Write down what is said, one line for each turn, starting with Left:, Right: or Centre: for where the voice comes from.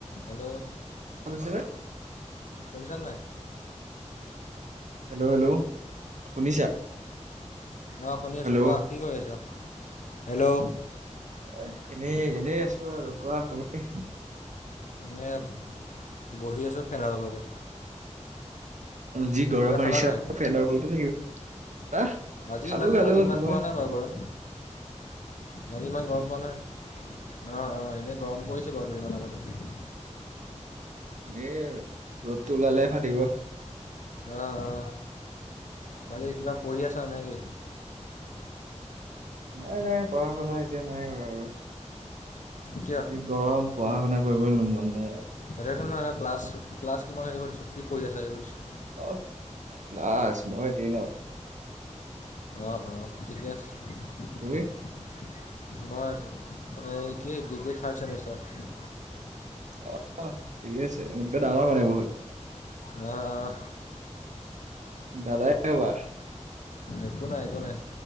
Left: Hello,
Right: শুনিছেনে?
Left: শুনিছানে নাই?
Right: হেল্ল' হেল্ল' শুনিছা
Left: অহ শুনি আছোঁ
Right: হেল্ল'
Left: কোৱা কি কৰি আছ? হেল্ল'।
Right: এহ এনেই এনেই আছোঁ আৰু। কোৱা তুমি?
Left: এনেয়ে বহি আছোঁ ফেনৰ তলতে।
Right: যি গৰম
Left: কিবা
Right: আহিছে
Left: খালা নাই?
Right: ফেনৰ বলতে থাকিব আহ
Left: আজি
Right: খালো
Left: ইমান
Right: খালো
Left: আজি ইমান
Right: তোমাৰ
Left: পৰা নাই বাৰু গৰম, আজি ইমান গৰম পোৱা নাই। অ অ এনেই গৰম পৰিছে বাৰু দুদিনমান আগতে।
Right: এনেই আৰু ৰ'দটো ওলালেহে ফাটিব।
Left: অ অ। বাকী কিবা পঢ়ি আছা নে কি?
Right: নাই এনেই পঢ়া শুনা এতিয়া নাই কৰা আৰু।
Left: কিয়?
Right: যি গৰম পঢ়া শুনা কৰিবলৈ মন নাই আৰু।
Left: এতিয়াটো নহয় ক্লাছ ক্লাছ কিমান সেইটো সুধিছোঁ। কি পঢ়ি আছা সেইটো সুধিছোঁ।
Right: অহ ক্লাছ, মই টেইনত।
Left: অঁ অঁ ঠিকে আছে।
Right: তুমি?
Left: মই, এই কি ডিগ্ৰী থাৰ্ড চেমিষ্টাৰ।
Right: অ অহ ঠিকে আছে। মোতকে ডাঙৰ মানে বহুত
Left: অহ।
Right: দাদাই হ'বা।
Left: একো নাই একো নাই।